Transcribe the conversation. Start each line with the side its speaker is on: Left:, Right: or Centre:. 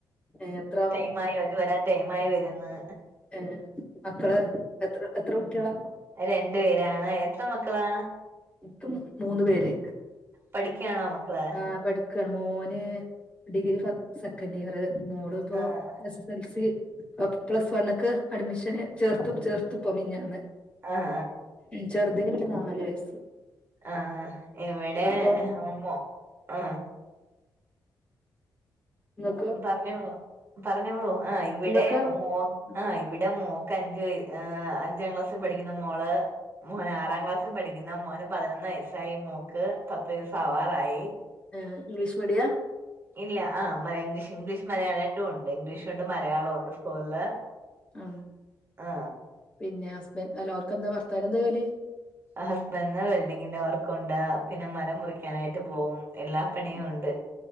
Left: ഏഹ് എത്രാവും
Right: ടൈമായി അവര് വരാൻ ടൈമായി വരുന്ന്
Left: ഏഹ് മക്കള് എത്ര എത്ര കുട്ടികളാ
Right: രണ്ട് പേരാണ് എത്ര മക്കളാ
Left: ഇപ്പ മൂന്ന് പേര്
Right: പഠിക്കാണോ മക്കള്
Left: ആഹ് പഠി മോന് ഡിഗ്രി സെക്കൻഡ് ഇയർ മോള് ഇപ്പോ
Right: ആഹ്
Left: എൽ സി അപ് പ്ലസ് വണ്ണ്ക്ക് അഡ്മിഷന് ചേർത്തും ചേർത്തുപ്പോ മിഞ്ഞാന്ന്
Right: അ ഹ
Left: ചെറുതിന് പിന്നെ നാല് വയസ്സ്
Right: ആ ഇവടെ
Left: ഇങ്ങക്കോ
Right: <unintelligible> ആ
Left: ഇങ്ങക്ക്
Right: പറഞ്ഞോ പറഞ്ഞോളൂ ആഹ് ഇവിടെ
Left: ഇങ്ങക്കോ
Right: മോ
Left: ഉം
Right: ആഹ് ഇവിടെ മോക്ക് അഞ്ച് വയ അഞ്ചാം ക്ലാസ്സിൽ പഠിക്കുന്ന മോള് മോൻ
Left: ഉം
Right: ആറാം ക്ലാസ് ട്ട് പഠിക്കുന്ന മോന് പതിനൊന്ന് വയസ്സായി മോക്ക് പത്ത് വയസ്സാവാറായി
Left: ഉം ഇംഗ്ലീഷ് മീഡിയ
Right: ഇല്ല ആഹ് ഇംഗ്ലീഷ് ഇംഗ്ലീഷ് മലയാള രണ്ടുമുണ്ട് ഇംഗ്ലീഷുണ്ട് മലയാളവുണ്ട് സ്കൂളില്
Left: ആ
Right: ആ
Left: പിന്നെ ഹസ്ബൻ അല്ല ഓർക്കെന്താ ഭർത്താവിനെന്താ ജോലി
Right: ഹസ്ബൻഡ് വെൽഡിങ്ങിന്റെ വർക്കുണ്ട് പിന്നെ മരം മുറിക്കാനായിട്ട് പോവും എല്ലാ പണിയുണ്ട്
Left: ഉം